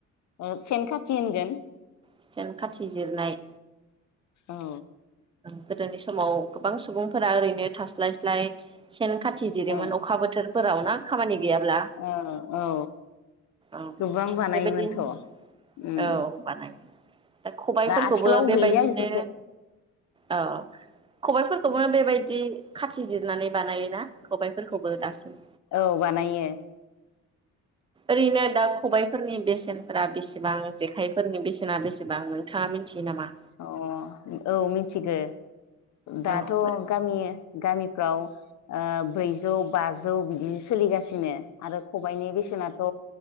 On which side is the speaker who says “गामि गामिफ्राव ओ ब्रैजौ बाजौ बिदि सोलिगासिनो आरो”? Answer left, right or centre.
Left